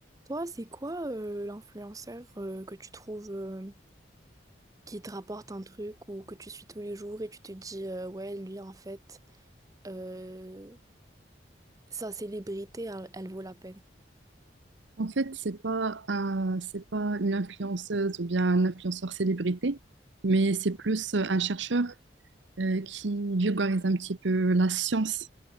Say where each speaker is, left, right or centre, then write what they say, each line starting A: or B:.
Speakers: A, on the right (about 20°); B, on the right (about 75°).
A: Toi, c'est quoi euh, l'influenceur euh, que tu trouves euh, qui te rapporte un truc ou que tu suis tous les jours et tu te dis euh, ouais, lui en fait, euh, sa célébrité, elle, elle vaut la peine.
B: En fait, c'est pas un- c'est pas une influenceuse ou bien un influenceur célébrité, mais c'est plus euh, un chercheur euh, qui vulgarise un petit peu la science